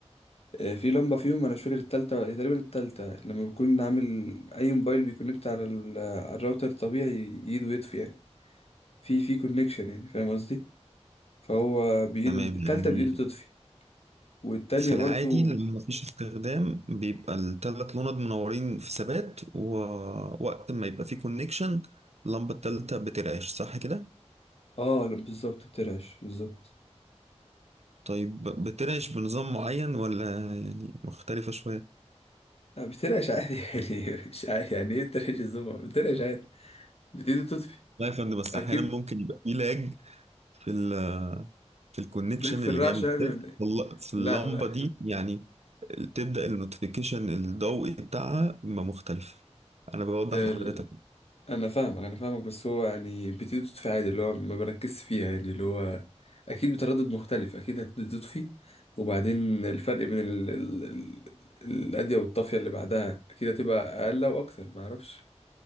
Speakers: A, on the left; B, on the right.
A: آه، في لمبة فيهم أنا مش فاكر التالتة تقريبا التالتة لما بكون عامل أي موبايل بيكونكت على, ال... على الراوتر طبيعي يده يطفي يعني في في كونكشن يعني فاهم قصدي فهو بإيده
B: تمام
A: التالتة
B: يعني
A: بإيده تطفي والتانية
B: في العادي
A: برضو
B: لما مفيش استخدام بيبقى التلات لونات منورين في ثبات ووقت ما يبقى فيه كونكشن اللمبة التالتة بترعش صح كده؟
A: اه لما بالظبط بترعش بالظبط
B: طيب بترعش بنظام معين ولا يعني مختلفة شوية؟
A: لا بترعش عادي <laughs> يعني مش عادي يعني ايه بترعش الزمع بترعش عادي بتيجي تطفي
B: لا يا فندم بس
A: اكيد
B: أحيانا ممكن يبقى فيه لاج في ال في الكونكشن
A: لك في
B: اللي
A: الرعش
B: جاي من
A: يعني
B: السلك
A: ولا ايه
B: والله في اللمبة
A: لا لا
B: دي يعني تبدأ النوتيفيكيشن الضوئي بتاعها يبقى مختلف أنا بوضح
A: ال...
B: لحضرتك
A: انا فاهمك انا فاهمك بس هو يعني بتيجي تطفي عادي اللي هو ما بركزش فيها يعني اللي هو اكيد بتردد مختلف اكيد هتبتدي تطفي وبعدين الفرق بين ال... ال... ال... الادية والطافية اللي بعدها اكيد هتبقى اقل واكتر ما اعرفش